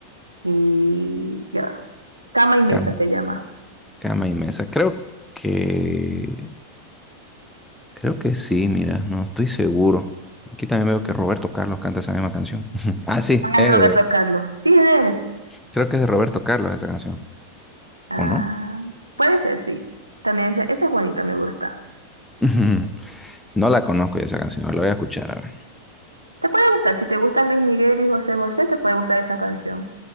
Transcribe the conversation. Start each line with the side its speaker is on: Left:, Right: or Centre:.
Right: Y ya va. Cama y mesa
Centre: Cama,
Right: se llama.
Centre: cama y mesa. Creo que. Creo que sí, mira, no estoy seguro. Aquí también veo que Roberto Carlos canta esa misma canción. <laughs> Ah, sí,
Right: Ah,
Centre: es
Right: es Roberto
Centre: de.
Right: Carlos. Sí, es de él.
Centre: Creo que es de Roberto Carlos esa canción.
Right: Ah,
Centre: ¿O no?
Right: puede ser, sí. También esa, esa es bonita, me gusta.
Centre: <laughs> Ujú. No la conozco esa canción, la voy a escuchar, a ver.
Right: Te puede gustar, si te gustan Luis Miguel y José José, te puede gustar esa canción.